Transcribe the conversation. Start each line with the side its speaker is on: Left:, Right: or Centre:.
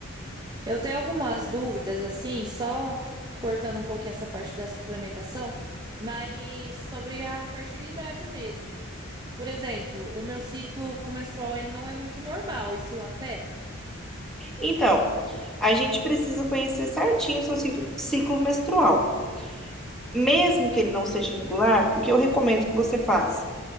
Right: Eu tenho algumas dúvidas, assim, só cortando um pouquinho essa parte da suplementação, mas sobre a fertilidade mesmo. Por exemplo, o meu ciclo menstrual ele não é muito normal, isso afeta?
Centre: Então, a gente precisa conhecer certinho o seu cic- ciclo menstrual. mesmo que ele não seja irregular, o que eu recomendo que você faça?